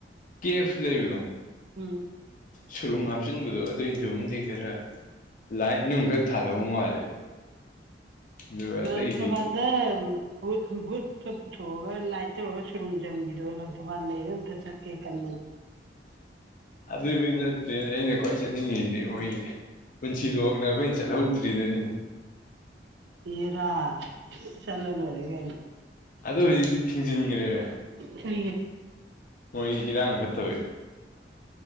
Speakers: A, on the left; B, on the right.
A: ꯀꯦꯐ ꯂꯩꯕꯅꯣ
B: ꯎꯝ
A: ꯁꯨꯔꯨꯡ ꯍꯥꯞꯆꯤꯟꯕꯗꯣ ꯑꯗꯨꯏꯗꯨꯕꯨꯗꯤ ꯈꯔ ꯂꯥꯏꯠ ꯅꯨꯡ ꯈꯔ ꯊꯥꯗꯍꯧ ꯃꯥꯜꯂꯦ ꯑꯗꯨꯒ ꯑꯇꯩꯗꯤ
B: ꯎꯝꯝꯇꯕꯗ ꯠ ꯕꯨꯨꯠꯀ ꯄꯨꯊꯣꯛꯑꯒ ꯂꯥꯏꯠ ꯇꯧꯔꯒ ꯁꯨꯔꯨꯝ ꯆꯪꯕꯤꯗꯣ ꯂꯪꯊꯧꯕꯥꯜ ꯂꯩꯗꯣ ꯑꯝꯇ ꯆꯠꯀꯦ ꯈꯟꯕꯅꯤ
A: ꯑꯗꯨ ꯅꯠꯇꯦ ꯑꯩꯅ ꯈ꯭ꯋꯥꯏ ꯆꯠꯅꯤꯡꯉꯤꯁꯤꯗꯤ ꯃꯣꯏꯒꯤ ꯄꯨꯟꯁꯤꯗꯣ ꯑꯩꯈꯣꯏꯅ ꯆꯠꯍꯧꯗ꯭ꯔꯤꯗꯅꯤ
B: ꯌꯦꯔ ꯆꯂꯣ ꯂꯣꯦꯒꯅꯤ
A: ꯑꯗ ꯍꯧꯖꯤꯛꯇꯤ ꯊꯤꯡꯖꯤꯟꯈ꯭ꯔꯦꯕ
B: ꯁ
A: ꯃꯣꯏ ꯏꯔꯥꯡ ꯐꯠꯇꯕꯦ